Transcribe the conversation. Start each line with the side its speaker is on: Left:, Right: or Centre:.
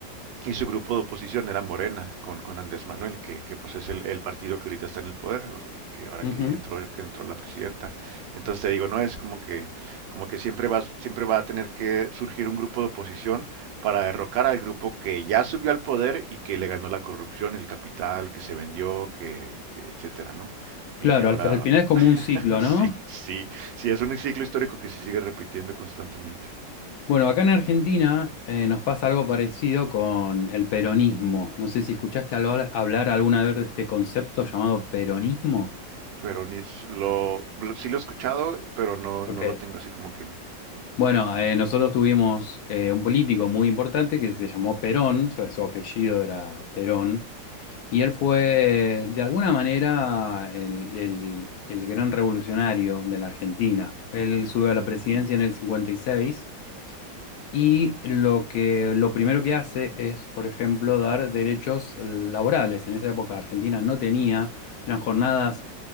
Right: y su grupo de oposición era Morena, con, con Andrés Manuel, que, que pues es el, el partido que ahorita está en el poder, o sea, que ahora
Left: ujú,
Right: que entró, que entró la presidenta. Entonces te digo, no es como que, como que siempre va, siempre va a tener que surgir un grupo de oposición para derrocar al grupo que ya subió al poder y que le ganó la corrupción, el capital, que se vendió, que, etcétera, ¿no? Y
Left: claro,
Right: ahora
Left: al, fi- al final es como
Right: <laughs>
Left: un ciclo,
Right: sí,
Left: ¿no?
Right: sí, sí, es un ciclo histórico que se sigue repitiendo constantemente.
Left: Bueno, acá en Argentina eh, nos pasa algo parecido con el peronismo. No sé si escuchaste algo- hablar alguna vez de este concepto llamado peronismo.
Right: Pero ni s- lo, lo- sí lo he escuchado, pero no,
Left: Ok.
Right: no lo tengo así como que.
Left: Bueno, eh, nosotros tuvimos eh, un político muy importante que se llamó Perón, o sea, su apellido era Perón, y él fue de alguna manera el, el- el gran revolucionario de la Argentina. Él sube a la
Right: Ujú.
Left: presidencia en el 56 y seis y lo que, lo primero que hace es, por ejemplo, dar derechos laborales. En esa época Argentina no tenía, eran jornadas